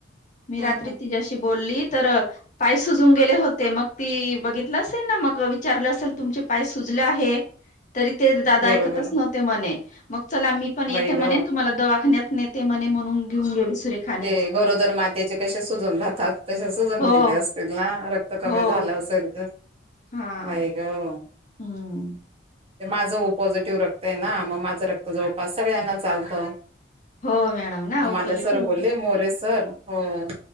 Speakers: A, on the left; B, on the right.
A: मी
B: हम्म
A: रात्री
B: हम्म
A: तिच्याशी बोलली. तर अ पाय सुजून गेले होते, मग ती बघितलं असेल ना, मग विचारलं असेल तुमचे पाय सुज ले आहे. तरी ते दादा
B: बरोबर
A: ऐकतच नव्हते म्हणे, मग चला मी पण येते
B: बाई
A: म्हणे
B: ग
A: तुम्हाला दवाखान्यात नेते म्हणे, म्हणून घेऊन गेली. सुरेखानेच
B: ते गरोदर मातेचे कसे सुजून जातात, तसे सुजून
A: हो
B: गेले असतील ना, रक्त कमी
A: हो
B: झालं. असेल तर,
A: हा
B: बाई गं.
A: हम्म.
B: ते माझं ओ पॉझिटिव्ह रक्त आहे ना मग माझं रक्त जवळपास सगळ्यांना चालतं.
A: हो मॅडम ना
B: मग
A: ओ
B: मला
A: पोझिटिव
B: सर बोलले मोरे सर हो,